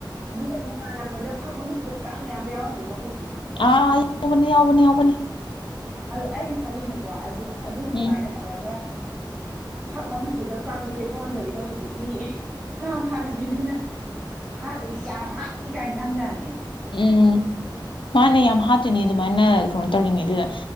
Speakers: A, in the centre; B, on the left.
A: ꯑꯗꯨꯒ ꯅꯣꯡꯉꯥꯜꯂꯛꯄꯗ ꯐꯛ ꯃꯅꯨꯡꯗ ꯀꯥꯡ ꯃꯌꯥꯝꯒ ꯌꯥꯎꯔꯝꯕꯗꯨ ꯅꯪ ꯎꯗ꯭ꯔꯤ
B: ꯑꯥ ꯌꯥꯎꯕꯅꯤ ꯌꯥꯎꯕꯅꯤ ꯌꯥꯎꯕꯅꯤ
A: ꯑꯗꯨ ꯑꯩꯅ ꯈꯜꯂꯤꯅꯦꯀꯣ ꯑꯗꯨ ꯑꯗꯨꯃꯥꯏꯅ
B: ꯎꯝ
A: ꯇꯧꯔꯒ ꯐꯛ ꯃꯅꯨꯡꯗꯨꯗ ꯀꯥꯡꯗꯣ ꯆꯦꯟꯊꯣꯛꯍꯟꯗꯕꯤꯗ ꯍꯧꯖꯤꯛꯀꯤ ꯀꯥꯡ ꯍꯥꯥꯠꯅꯕꯤꯗꯨꯅ ꯍꯥꯠꯂꯗꯤ ꯌꯥꯝ ꯍꯥꯠꯅꯤ ꯀꯥꯏꯅ ꯈꯟꯖꯥꯅꯤ ꯑꯩ
B: ꯎꯝ ꯃꯥꯅꯦ ꯌꯥꯝ ꯍꯥꯠꯇꯣꯏꯅꯤ ꯑꯗꯨꯃꯥꯏꯅ ꯀꯩꯅꯣ ꯇꯧꯔꯤꯉꯩꯗꯨꯗ